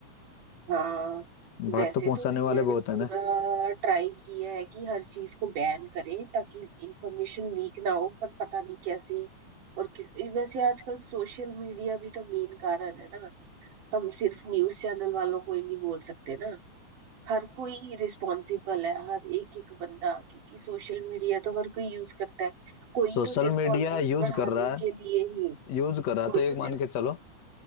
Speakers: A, on the right (about 80°); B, on the left (about 60°).
A: हाँ
B: बात
A: वैसे
B: तो पहुंचाने
A: तो इंडिया
B: वाले
A: ने
B: बहुत
A: पूरा
B: है ना
A: ट्राई किया है कि हर चीज को बैन करे ताकि इंफॉर्मेशन लीक ना हो पर पता नहीं कैसे और किस वैसे आजकल सोशल मीडिया भी तो मेन कारण है ना हम सिर्फ न्यूज चैनल वालों को ही नहीं बोल सकते ना हर कोई रिस्पॉन्सिबल है हर एक एक बंदा क्योंकि सोशल मीडिया तो हर कोई यूज करता है कोई
B: सोशल
A: तो सिर्फ
B: मीडिया
A: फॉलोअर्स
B: यूज
A: बढ़ाने
B: कर रहा है
A: के लिए ही
B: यूज कर रहा है
A: कोई
B: तो एक
A: तो सिर्फ
B: मान के चलो